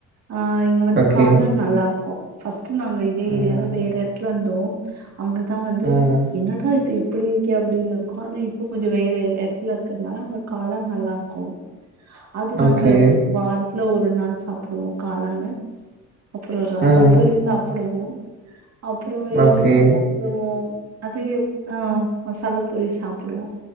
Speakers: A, on the right (about 60°); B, on the right (about 35°).
A: ஆஹ் இங்க வந்து
B: ஓகே.
A: காளான் நல்லா இருக் ஃபஸ் ட்டு நாங்க இதே ஏரியால
B: ம்.
A: வேற இடத்துலந் <unintelligible> அங்கதான் வந்து
B: ம்.
A: என்னட இப்டி இருக்கே அப்படின்னு இருக்கூ ஆனா இப்பம் கொஞ்சோ வேற இடத்துல இருக்கறதுனால அங்க காளான் நல்லாருக்கும் அது நாங்க
B: ஓகே.
A: வா <unintelligible> ல்ல ஒரு நாள் சாப்டுவோம் காளான அப்பறோ ரச
B: ம்.
A: பொரி சாப்பிடுவோம் அப்பறோ வேற
B: ஓகே.
A: ன்ன சாப்பிடுவோ அது ஆஹ் மசாலா பூரி சாப்பிடுவோ